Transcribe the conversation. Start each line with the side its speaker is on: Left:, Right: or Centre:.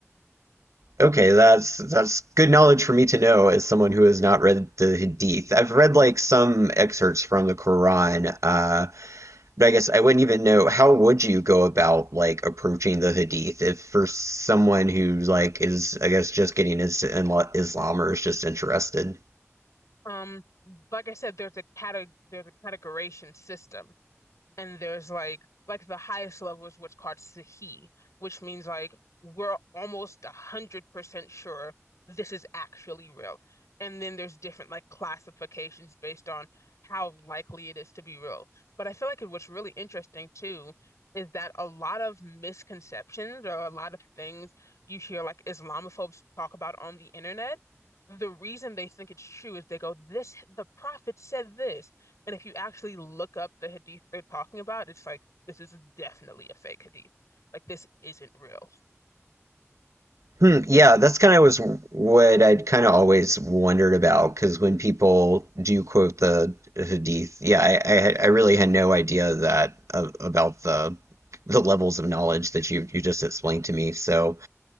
Right: Okay, that's that's good knowledge for me to know as someone who has not read the Hadith. I've read like some excerpts from the Quran, uh, but I guess I wouldn't even know how would you go about like approaching the Hadith if for someone who like is I guess just getting his Islam or is just interested.
Left: Um, like I said, there's a cate there's a categorization system. and there's like like the highest level is what's called Sahi, which means like we're almost a hundred percent sure this is actually real. And then there's different like classifications based on how likely it is to be real. But I feel like what's really interesting too is that a lot of misconceptions or a lot of things you hear like Islamophobes talk about on the internet, the reason they think it's true is they go, this, the prophet said this. And if you actually look up the hadith they're talking about, it's like, this is definitely a fake hadith. Like, this isn't real.
Right: Hmm, yeah, that's kind of was what I'd kind of always wondered about because when people do quote the Hadith, yeah, I, I had- I really had no idea that uh, about the the levels of knowledge that you you just explained to me. So